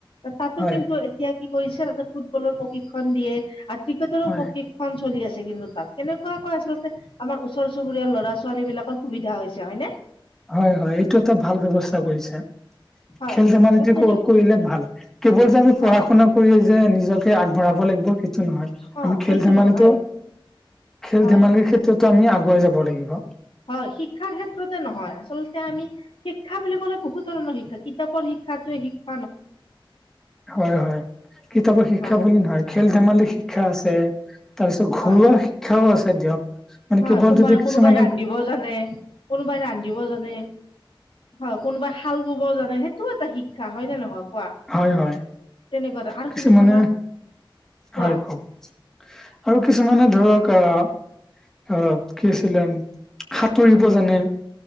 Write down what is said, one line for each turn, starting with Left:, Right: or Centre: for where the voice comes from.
Left: যে তাতো
Centre: হয়
Left: কিন্তু এতিয়া কি কৰিছে, তাতে ফুটবলৰ প্ৰশিক্ষণ দিয়ে আৰু ক্ৰিকেটৰো
Centre: হয়
Left: প্ৰশিক্ষ ক্ষন চলি আছে কিন্তু তাত। কেনেকুৱাকৈ আচলতে আমাৰ ওচৰ চুবুৰীয়াৰ ল'ৰা-ছোৱালী বিলাকৰ সুবিধা হৈছে হয়নে?
Centre: হয়, হয় এইটো এটা ভাল ব্যৱস্থা কৰিছে,
Left: হয়
Centre: খেল ধেমালিটো
Left: ত তেনে
Centre: কৰিলে ভাল। কেৱল যে আমি পঢ়া-শুনা
Left: হয়
Centre: কৰিয়ে যে নিজকে আগবঢ়াব লাগিব, সেইটো নহয়।
Left: অ
Centre: আমি
Left: সেইটো
Centre: খেল-ধেমালিতো
Left: নহয়
Centre: খেল-ধেমালিৰ
Left: হয়
Centre: ক্ষেত্ৰতো আমি আগুৱাই যাব লাগিব।
Left: হয় শিক্ষাৰ ক্ষেত্ৰতে নহয়, আচলতে আমি শিক্ষা বুলি ক'লে বহুত ধৰণৰ শিক্ষা কিতাপৰ শিক্ষাটোৱে শিক্ষ
Centre: হয় হয় কিতাপৰ শিক্ষা
Left: অ
Centre: বুলি নহয় খেল-ধেমালি শিক্ষা আছে, তাৰ পিছত ঘৰুৱা
Left: হয়
Centre: শিক্ষাও আছে দিয়ক। মানে
Left: হয়
Centre: কেৱল
Left: কোনবাই
Centre: যদি কিছুমানে
Left: কোনোবাই ৰান্ধিব জানে, কোনোবাই ৰান্ধিব জানে। হয় কোনোবাই হাল বোৱাব জানে, সেইটোও এটা শিক্ষা হয়নে নহয় কোৱা
Centre: হয় হয়
Left: তেনেকুৱা ধৰ- আৰু
Centre: কিছুমানে
Left: তুমি চাবা কোৱা
Centre: হয় কওক, আৰু কিছুমানে ধৰক আহ অ কি আছিলেম সাঁতুৰিব জানে,